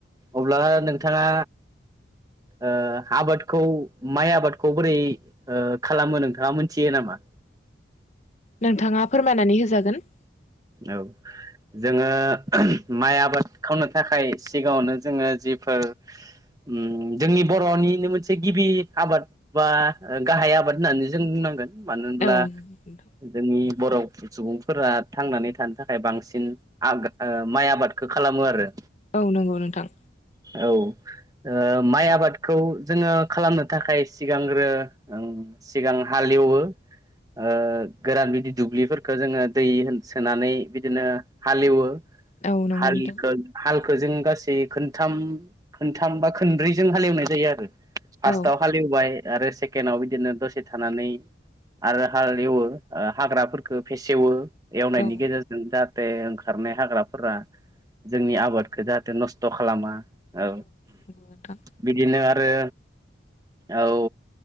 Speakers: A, on the right; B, on the left.
A: अब्ला नोंथाङा ओ आबादखौ माइ आबादखौ बोरै खालामो ओ नोंथाङा मोनथियो नामा?
B: नोंथाङा फोरमायनानै होजागोन ।
A: औ जोङो माइ आबाद खालामनो थाखाय सिगाङावनो जोङो जि फोर ओम जोंनि बर'निनो मोनसे गिबि आबाद बा गाहाय आबाद होननानै जों बुंनांगोन। मानो होनब्ला
B: औ नोंथां
A: जोंनि बर' सुबुंफोरा थांनानै थानो थाखाय बांसिन आ ओ माइ आबादखौ खालामो आरो
B: औ नंगौ नोंथां
A: औ ओ माइ आबादखौ जोङो खालामनो थाखाय सिगांग्रो सिगां हाल लेवबो ओ गोरान बिदि दुब्लि फोरखौ जोङो दै हो सोनानै बिदिनो हालेवो
B: औ नंगौ
A: हालखौ
B: नोंथां
A: हाल खौ जों गासै खनथाम खनथाम बा खोनब्रैजों हालेवनाय जायो आरो फार्स्टाव
B: औ
A: हालेवबाय आरो सेकेण्डाव बिदिनो दसे थानानै आरो हाल एवो हाग्राफोरखौ फेसेवो एवनायनि
B: औ
A: गेजेरजों जा हाथे ओंखारनाय हाग्राफोरा जोंनि आबादखौ जाहाथे नस्थ' खालामा औ
B: नंगौ नोंथां
A: बिदिनो आरो औ